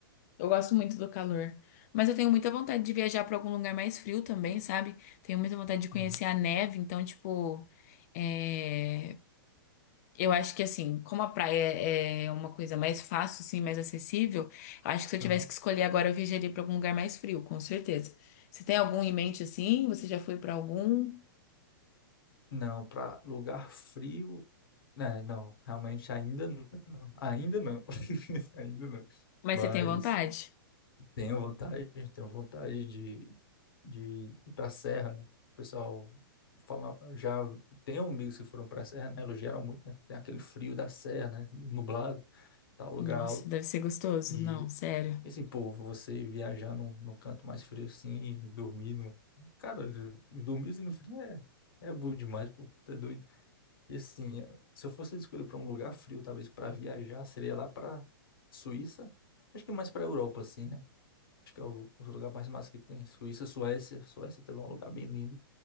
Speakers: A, on the left (about 45°); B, on the left (about 70°).
A: Eu gosto muito do calor. Mas eu tenho muita vontade de viajar para algum lugar mais frio também, sabe? Tenho muita vontade de conhecer
B: Uhum.
A: a neve. Então, tipo, é, eu acho que assim, como a praia é uma coisa mais fácil, assim, mais acessível, eu acho que se eu tivesse
B: aham.
A: que escolher agora, eu viajaria para algum lugar mais frio, com certeza. Você tem algum em mente assim? Você já foi para algum?
B: Não, para lugar frio, né? Não, realmente ainda não. Ainda não. <laughs> Ainda não.
A: Mas
B: Mas
A: você tem vontade?
B: tenho vontade, tenho vontade de de ir para a serra, né? O pessoal fala, já tem amigos que foram para a serra, né? Elogiaram muito, né? Tem aquele frio da serra, né? Nublado, tal lugar
A: Nossa,
B: alto.
A: deve ser gostoso.
B: E
A: Não, sério.
B: assim, pô, você viajar no, no canto mais frio assim, dormir no... Cara, dormir assim no frio é, é bom demais, pô, tá doido. E assim, se eu fosse escolher para um lugar frio, talvez para viajar, seria lá para Suíça. Acho que mais para Europa, assim, né? Acho que é o, o lugar mais massa que tem. Suíça, Suécia. Suécia também é um lugar bem lindo